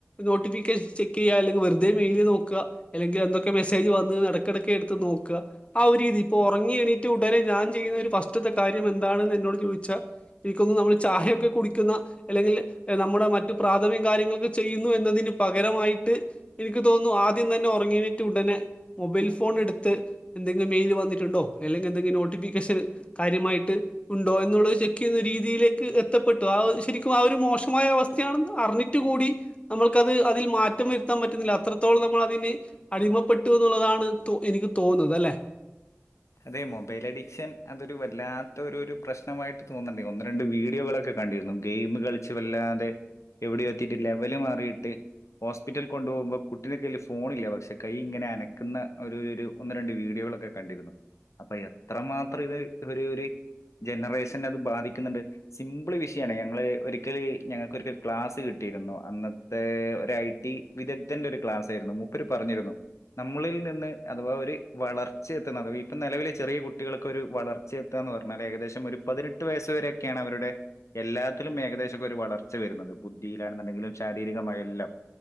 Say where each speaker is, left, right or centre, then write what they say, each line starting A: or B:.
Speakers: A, on the left; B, on the left.
A: നോട്ടിഫിക്കേഷൻ ചെക്ക് ചെയ്യാ അല്ലെങ്കി വെറുതെ മെയിൽ നോക്കുക അല്ലെങ്കിൽ എന്തൊക്കെ മെസ്സേജ് വന്നുന്ന് ഇടക്കിടക്ക്‌ എടുത്ത് നോക്ക ആ ഒരു രീതി ഇപ്പോ ഉറങ്ങി എണീട്ട് ഉടനെ ഞാൻ ചെയ്യുന്ന ഒരു ഫസ്റ്റത്തെ കാ ര്യം എന്താണെന്ന് എന്നോട് ചോദിച്ചാ എനിക്ക്‌ തോന്നുന്നു നമ്മൾ ചായയൊക്കെ കുടിക്കുന്ന അല്ലെങ്കില് നമ്മുടെ മറ്റ് പ്രാഥമിക കാര്യങ്ങളൊക്കെ ചെയ്യുന്നു എന്നതിന് പകരമായിട്ട് എനിക്ക് തോന്നുന്നു ആദ്യം തന്നെ ഉറങ്ങിയെണീറ്റ് ഉടനെ മൊബൈൽ ഫോൺ എടുത്ത് എന്തെങ്കിലും മെയിൽ വന്നിട്ടുണ്ടോ ഇല്ലെങ്കിൽ എന്തെങ്കിലും നോട്ടിഫിക്കേഷന് കാര്യമായി ട്ട് ഉണ്ടോ എന്നുള്ളത് ചെക്ക് ചെയ്യുന്ന രീതിയിലേക്ക് എത്തപ്പെട്ടു ആ ഒരു ശരിക്കും ആ ഒരു മോശമായ അവസ്ഥയാണെന്ന് അറിഞ്ഞിട്ട് കൂടി നമ്മൾക്കത് അതിൽ മാറ്റം വരുത്താൻ പറ്റുന്നില്ല അത്രത്തോളം നമ്മൾ അതിന് അടിമപ്പെട്ടുന്നുള്ളതാണ് തോ എനിക്ക് തോന്നുന്നത് അല്ലെ?
B: അതെ മൊബൈൽ അഡിക്ഷൻ അതൊരു വല്ലാത്ത ഒര്ഒരു പ്രശ് മായിട്ട് തോന്നണുണ്ട് ഒന്ന് രണ്ട് വീ വീഡിയോകളൊക്കെ കണ്ടിരുന്നു ഗെയിം കളിച്ച് വല്ലാതെ എവിടെയോ എത്തിട്ട് ലെവൽ മാറിയിട്ട് ഹോസ്പിറ്റൽ കൊണ്ടു പോകുമ്പം കുട്ടിടെ കയ്യിൽ ഫോണ് ഇല്ല പക്ഷെ കൈ ഇങ്ങനെ അനക്കുന്ന ഒരു ഒരു ഒന്ന് രണ്ട് വീഡിയോകളൊക്കെ കണ്ടിരുന്നു അപ്പൊ എത്രമാത്രം ഇത് ഒരു ഒരു ജനറേഷനെ അത് ബാധിക്കുന്നുണ്ട് സിംപിള് വിഷയാണ് ഞങ്ങൾ ഒരിക്കല് ഞങ്ങൾക്കൊരിക്കൽ ക്ലാസ്സ് കിട്ടിയിരുന്നു. അന്നത്തെ ഒരു ഐ ടി വിദഗ്ധന്റെ ഒരു ക്ലാസ് ആയിരുന്നു മൂപ്പര് പറഞ്ഞിരുന്നു നമ്മളിൽ നിന്ന് അഥവാ ഒരു വളർ ച്ച എത്തുന്നത് ഇപ്പം നിലവിലെ ചെറിയ കുട്ടികൾക്ക്‌ ഒരു വളർച്ച എത്തുക എന്ന് പറഞ്ഞാല് ഏകദേശം ഒരു പതിനെട്ട് വയസ് വരെയൊക്കെയാണ് അവരുടെ എല്ലാത്തിലും ഏകദേശമൊക്കെ ഒരു വളർച്ച വരുന്നത്. ബുദ്ധിയിലാണെന്നുണ്ടെങ്കിലും ശാരീരികമായ എല്ലാം